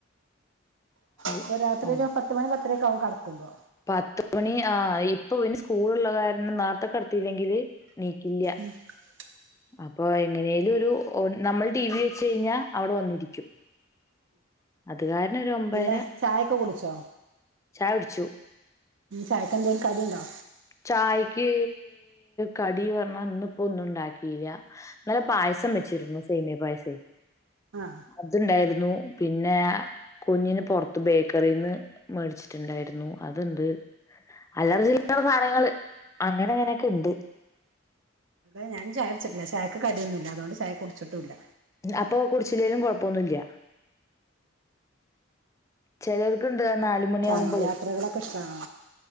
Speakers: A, on the left (about 15°); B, on the right (about 70°).
A: ആ
B: അപ്പൊ രാത്രി ഒരു പത്ത് മണി പത്തരെക്കാകും കടക്കുമ്പോ.
A: പത് മണി ആ ഇപ്പൊ ഇവന് സ്കൂളുള്ള കാരണം നാത്തെ കടന്നല്ലെങ്കില് നീക്കില്ല.
B: ഉം <inaudible>
A: അപ്പൊ എങ്ങനേലും ഒരു നമ്മള് ടി വി വെച്ച് കഴിഞ്ഞാൽ അവിടെ വന്നിരിക്കും. അത് കാരണം ഒരു ഒമ്പതര
B: എന്താ ചായ ഒക്കെ കുടിച്ചോ
A: ചായ കുടിച്ചു.
B: ചായക്കന്തെലും കടിണ്ടോ.
A: ചായക്ക് കടിന് പറഞ്ഞ ഇന്പ്പോ ഒന്നും ഉണ്ടാക്കിയില്ല. ഇന്നലെ പായസം വെച്ചിരുന്നു സേമിയ പായസം.
B: ആ
A: അതുണ്ടായിരുന്നു പിന്നെ. കുഞ്ഞിന് പുറത്ത് ബേക്കറിന്ന് മേടിച്ചിട്ടുണ്ടായിരുന്നു അതുണ്ട്. അല്ലറ ചില്ലറ സാധനങ്ങള് അങ്ങനെ ഇങ്ങനെ ഒക്കെ ഉണ്ട്
B: ഏഹ് ഞാൻ ചായ കുടിച്ചിട്ടില്ല ചായക്ക് കടിയൊന്നുല്ല അതുകൊണ്ട് ചായ കുടിച്ചിട്ടുല്ല
A: അപ്പൊ കുടിച്ചില്ലേലും കൊഴപ്പൊന്നുല്ല ചിലർക്ക് ഇണ്ട് നാലുമണി
B: ഇഷ്ടാണോ
A: ആവുമ്പളേ
B: യാത്രകളൊക്കെ ഇഷ്ടാണോ